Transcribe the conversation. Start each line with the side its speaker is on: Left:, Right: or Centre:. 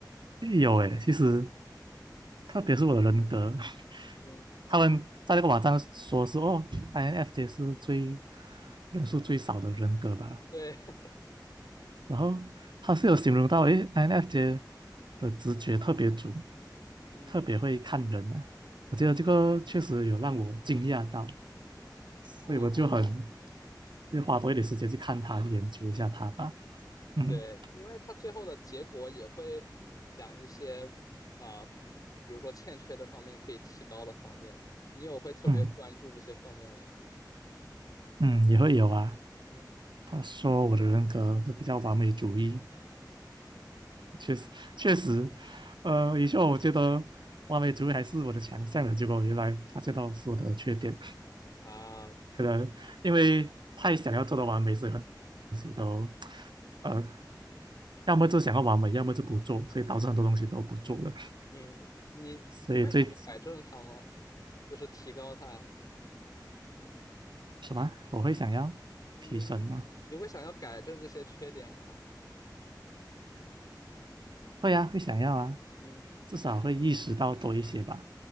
Right: 有诶，其实特别是我的人格，<laughs>
Left: 嗯。
Right: 他们在那个网站说是哦，INFJ 是最人数最少的人格吧，
Left: 对，<laughs>
Right: 然后他是有形容到，诶，INFJ 的直觉特别准，
Left: 嗯
Right: 特别会看人啊，我觉得这个确实有让我惊讶到，
Left: 啊，
Right: 所以我就很就花多一点时间去看他，去研究一下他吧，嗯
Left: 对，因为它最后的结果也会讲一些啊、比如说欠缺的方面可以提高的方面，你有会特别关注这些方面吗？
Right: 嗯嗯，也会有啊，
Left: 嗯
Right: 他说我的人格是比较完美主义。
Left: 嗯
Right: 确实确实，呃，以前我觉得完美主义还是我的强项的，结果我原来发现到是我的缺点，
Left: 啊
Right: 可能因为太想要做到完美，所以很多东西都呃，要么就想要完美，要么就不做，所以导致很多东西都不做了。
Left: 嗯，你你会想去改正它吗？
Right: 所以最
Left: 就是提高它，
Right: 什么，我会想要提升吗？
Left: 你你会想要改正这些缺点吗？
Right: 会啊，会想要啊，
Left: 嗯。
Right: 至少会意识到多一些吧。